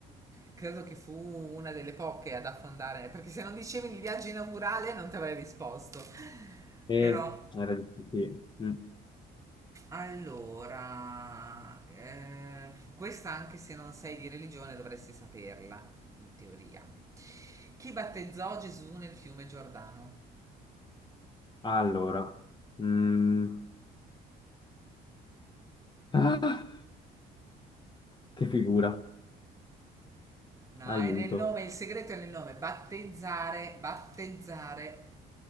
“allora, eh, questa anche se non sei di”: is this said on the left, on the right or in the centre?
Right